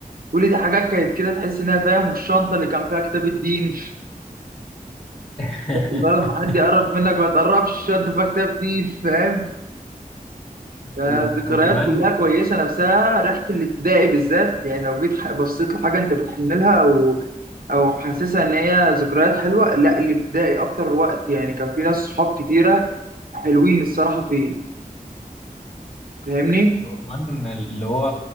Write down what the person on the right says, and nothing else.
كل دي حاجات كانت كده تحس انها فاهم والشنطه اللي كان فيها كتاب الدين
لما حد يقرب منك ما تقربش الشنطه فيها كتاب دين فاهم فالذكريات
كلها كويسه نفسها ريحه الابتدائي بالذات يعني لو جيت ح- بصيت لحاجه انت بتحن لها او او حاسسها ان هي ذكريات حلوه لا الابتدائي اكتر وقت يعني كان في ناس صحاب كتيره حلوين الصراحه فيه فاهمني